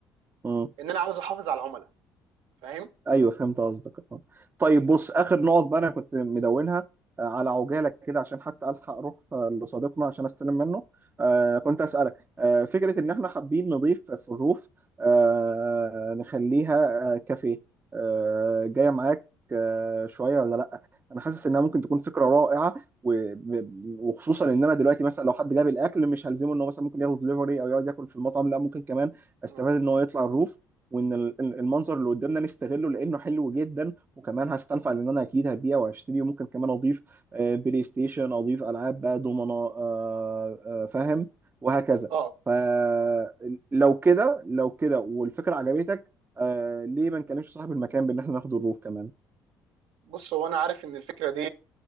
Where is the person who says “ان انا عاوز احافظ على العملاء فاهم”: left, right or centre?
Right